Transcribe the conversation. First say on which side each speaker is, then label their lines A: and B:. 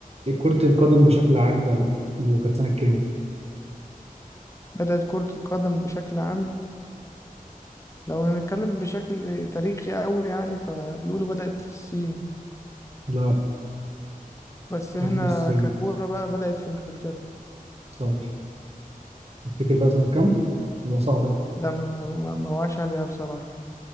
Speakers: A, on the right (about 45°); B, on the left (about 20°).
A: كرة القدم بشكل عام بقى وكانت سنة كام؟
B: بدأت كرة القدم بشكل عام لو هنتكلم بشكل تاريخي أوي يعني فبيقولوا بدأت في الصين
A: لا
B: بس إحنا
A: قبل الصين
B: ككورة بقى بدأت في إنجلترا
A: صح تفتكر بقى سنة كام؟
B: مم.
A: هي صعبة
B: لا ما ما ما وعاش عليها بصراحة